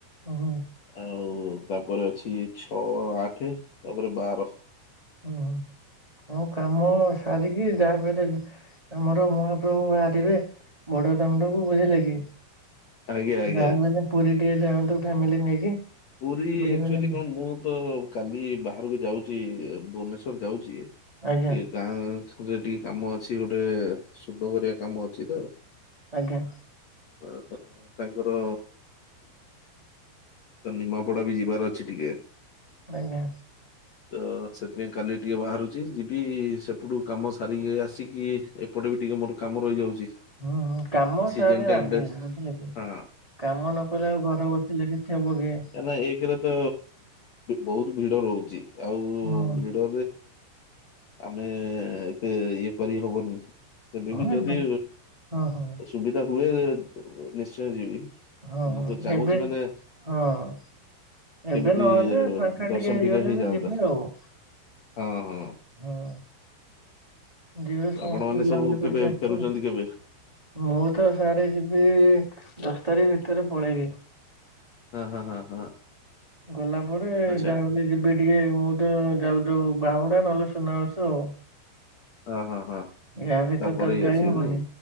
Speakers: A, on the right; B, on the left.
A: ହଁ।
B: ଆଉ ତାପରେ ଅଛି ଛଅ ଆଠ ତାପରେ ବାର।
A: ଓହୋ କଉ କାମ ସାରିକି ଯାହାପେଲେ। ଆମର ମହାପ୍ରଭୁ ବାହାରିବେ ବଡ ଦାଣ୍ଡକୁ ବୁଝିଲେ କି।
B: ଆଜ୍ଞା ଆଜ୍ଞା
A: ନା ମାନେ ପୁରୀ ଟିକେ ଯାଆନ୍ତୁ ଫ୍ୟାମିଲି ନେଇକି।
B: ପୁରୀ
A: ବୁଲି
B: ଆକ୍ଚୁଆଲି
A: ବାଲି
B: କଣ ମୁଁ ତ। କାଲି ବାହାରକୁ ଯାଉଛି ଭୁବନେଶ୍ଵର ଯାଉଛି
A: ଆଜ୍ଞା
B: ଗାଁ ରେ ଟିକେ କାମ ଅଛି ଗୋଟେ ଶୁଭ ଘାରିଆ କାମ ଅଛି ତ।
A: ଆଜ୍ଞା।
B: ଅ ତାଙ୍କର। ତ ନିମାପଡା ବି ଯିବାର ଅଛି ଟିକେ।
A: ଆଜ୍ଞା।
B: ତ ସେଥିପାଇଁ କାଲି ଟିକେ ବାହାରୁଛି ଯିବି ସେପଟୁ କାମ ସାରିକି ଆସିକି ଏପଟେ ବି ଟିକେ ମୋର କାମ ରହିଯାଉଛି।
A: ହୁଁଁ କାମ
B: ସିଜନ
A: ସାରେ
B: ଟାଇମ
A: ଆଗେଇଯିବ
B: ଟା
A: ବୁଝିଲେ କି
B: ହଁ।
A: କାମ ନ କଲେ ଆଉ ଘରେ ବସିଲ କିି ହେବୋକି।
B: ନାଁ ଏକରେ ତ ବହୁତ ଭିଡ ରହୁଛି ଆଉ
A: ହଁ
B: ଭିଡ ଆମେ ଏତେ ଇଏ କରି ହେବନି। ତେବେ
A: ହଁ
B: ବି ଯଦି
A: ଏବେ ହଁ ହଁ
B: ସୁବିଧା ହୁଏ ନିଶ୍ଚୟ ଯିବି।
A: ହଁ
B: ମୁଁ ତ ଚାହୁଁଛି
A: ଏବେ
B: ମାନେ
A: ହଁ ଏବେ
B: କେମିତି
A: ନହେଲେ ଫାଙ୍କା
B: ଦର୍ଶନ
A: ଟିକେ ହେଇଗଲେ
B: ହେଇଯାଆନ୍ତା
A: ବି ଯିବେ ଆଉ
B: ହଁ ହଁ।
A: ହଁ ଯିବ ସମସ୍ତେ
B: ଆପଣ ମାନେ
A: ବୁଲାବୁଲି
B: ସବୁ କେବେ
A: କରିକି ଆସିବେ।
B: ଫେରୁଛନ୍ତି କେବେ
A: ମୁଁ ତ ସାରେ ଯିବି ଦଶ ତାରିଖ ଭିତରେ ପଳେଇବି।
B: ହଁ ହଁ ହଁ ହଁ
A: ଗଲା ପରେ
B: ଆଚ୍ଛା
A: ଯାହାଲେ ଯିବି ଟିକେ ମୁଁ ତ ଯାଉ ଯାଉ ବାହୁଡା ନହେଲେ ସୁନାବାସ ଆଉ।
B: ହଁ ହଁ ହଁ।
A: ଗା ଭିତରେ
B: ତାପରେ
A: ତ
B: ଇଏ
A: ଯାଇ
B: ଆସିବେ
A: ହବନି
B: ନାଇଁ